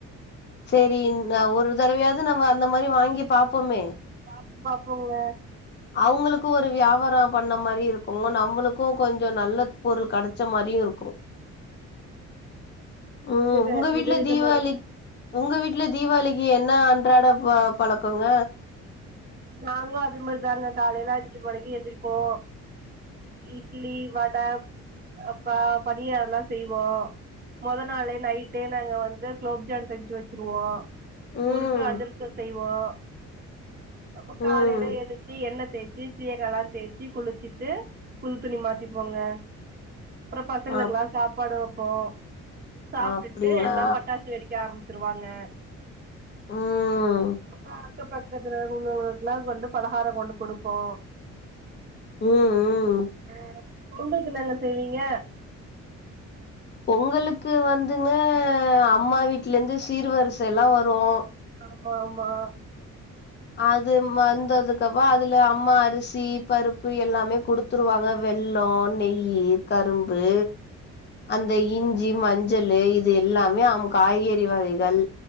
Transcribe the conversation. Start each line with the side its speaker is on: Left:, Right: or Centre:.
Left: சேரி இந்த ஒரு தடவையாது நம்ம அந்த மாரி வாங்கி பாப்போமே
Right: பாப்போ பாப்போங்க
Left: அவ்ங்களுக்கு ஒரு வியாபார பண்ண மாரி இருக்குங்க நம்மளுக்கு கொஞ்ச நல்லத் பொருள் கெடச்ச மாரியு இருக்கு ம்
Right: வித
Left: உங்க
Right: வித
Left: வீட்ல
Right: விதமாக
Left: தீபாவளி உங்க வீட்ல தீவாளிக்கு என்ன அன்றாட ப பழக்கங்க
Right: நாங்களு அதே மாரிதாங்க காலைல அஞ்சு மணிக்கு எந்திரிப்போ இட்டிலி வட அ ப பனியாரலா செய்வோ மொத நாளே நைட்டே நாங்க வந்து குளோப்ஜான் செஞ்சு வெச்சிருவோ
Left: ம்
Right: முறுக்கு அதிரச செய்வோ அப்ப காலைல
Left: ம்
Right: ஏன்ச்சு எண்ண தேச்சு சீயகலாம் தேய்ச்சு குளிச்சிட்டு புது துணி மாத்திப்போங்க அப்பறம் பசங்களுக்குலாம்
Left: அப்
Right: சாப்பாடு வைப்போம் சாப்ட்டுட்டு
Left: அப்டிங்களா
Right: எல்லா பட்டாசு வெடிக்க ஆரம் ச்சிருவாங்க
Left: ம்
Right: அப்றோ அக்கம் பக்கத்துல உள்ளவ்களுக்கெல்லா கொண்டு பலகாரம் கொண்டு குடுப்போ
Left: ம் ம்
Right: ஆ பொங்கள்க்கு என்னங்க செய்வீங்க
Left: பொங்கலுக்கு வந்துங்க அம்மா வீட்ல இருந்து சீர்வரிசை எல்லாம் வரும்
Right: ஆமா ஆமா
Left: அது வந்ததுக்கப்ப அதுல அம்மா அரிசி பருப்பு எல்லாமே குடுத் த்துருவாங்க வெள்ளம் நெய் கரும்பு அந்த இஞ்சி மஞ்சள் இது எல்லாமே அ காய்கறி வகைகள்